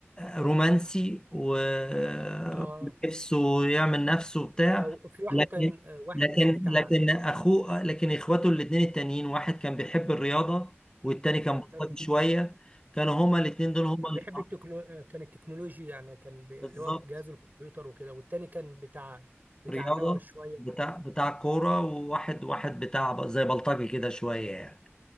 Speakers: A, on the left; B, on the right.
A: رومانسي و-
B: اه
A: ونفسه يعمل نفسه بتاع
B: او في واحده
A: لكن
B: كان آه، واحد
A: لكن
B: بتاع
A: لكن اخوه لكن اخواته الاتنين التانيين واحد كان بيحب الرياضة والتاني
B: فعلا
A: كان بطل شوية كانوا هما الاتنين دول هما
B: كان
A: اللي
B: بيحب التكنو... كان التكنولوجيا يعني كان ب... اللي
A: بالظبط
B: هو جهاز الكمبيوتر وكده والتاني كان بتاع بتاع
A: رياضة
B: نوى شويه
A: بتاع
B: وكده
A: بتاع كورة وواحد واحد بتاع ب- زي بلطجي كده شوية يعني